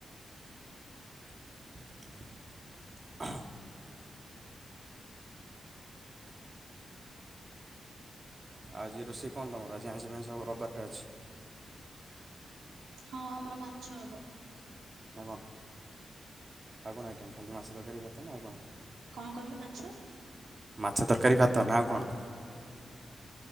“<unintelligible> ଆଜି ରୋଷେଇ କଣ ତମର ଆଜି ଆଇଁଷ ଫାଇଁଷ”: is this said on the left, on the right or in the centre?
Right